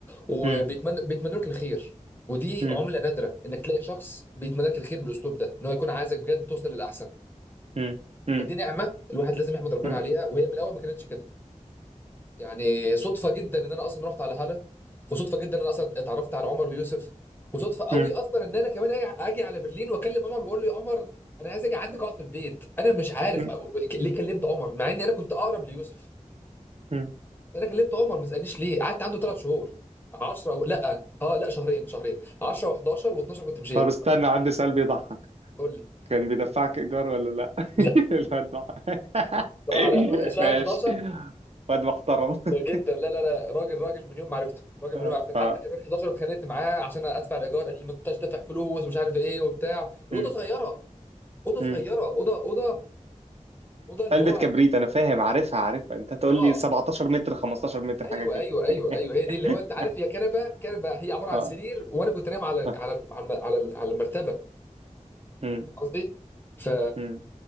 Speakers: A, on the left; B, on the right.
A: وبيتمنى
B: مم،
A: بيتمنى لك الخير ودي
B: مم،
A: عمله نادره انك تلاقي شخص بيتمنى لك الخير بالاسلوب ده ان هو يكون عايزك بجد توصل للاحسن
B: مم، مم،
A: فدي نعمه الواحد لازم يحمد ربنا
B: مم،
A: عليها وهي من الاول ما كانتش كده يعني صدفه جدا ان انا اصلا رحت على هاله وصدفه جدا ان انا اصلا اتعرفت على عمر ويوسف وصدفه قوي
B: مم،
A: اصلا ان انا كمان اجي أجي على برلين واكلم عمر واقول له يا عمر انا عايز اجي عندك اقعد في البيت انا مش عارف
B: مم،
A: أقول- ليه كلمت عمر مع اني انا كنت اقرب ليوسف
B: مم.
A: انا كلمت عمر ما تسالنيش ليه قعدت عنده ثلاث شهور 10 و... لا اه لا شهرين شهرين 10 و11 و12 كنت مشيت
B: طب استنى عندي سؤال بيضحك
A: قول لي
B: كان بيدفعك ايجار ولا لا
A: لا
B: <laughs> الواد ده. <laughs>
A: لا لا شهر
B: ماشي
A: 11
B: واد محترم <laughs>
A: وجدا لا لا لا راجل راجل من يوم ما عرفته راجل من
B: آه،
A: يوم ما عرفته حتى
B: آه.
A: كمان 11 اتخانقت معاه عشان ادفع الايجار قال لي ما انتش دافع فلوس ومش عارف ايه وبتاع والاوضه
B: مم،
A: صغيره اوضه صغيره
B: مم،
A: اوضه اوضه اوضه اللي
B: علبة
A: هو
B: كبريت أنا فاهم عارفها عارفها أنت تقول
A: اه
B: لي 17 متر 15 متر
A: ايوه
B: حاجة كده
A: ايوه ايوه ايوه هي دي اللي هو انت
B: <laughs>
A: عارف هي كنبه كنبه هي عباره عن
B: اه
A: سرير وانا كنت نايم على
B: آه.
A: على على على, على المرتبه
B: مم.
A: فاهم قصدي؟ ف
B: مم.